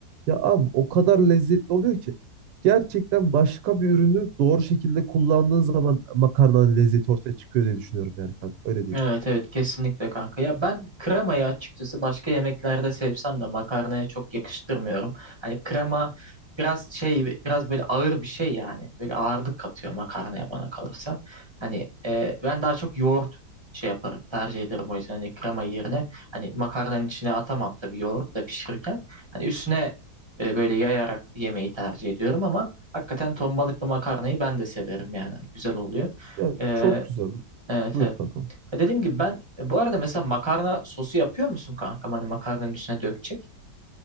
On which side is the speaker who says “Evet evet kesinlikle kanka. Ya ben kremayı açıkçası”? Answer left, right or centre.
Right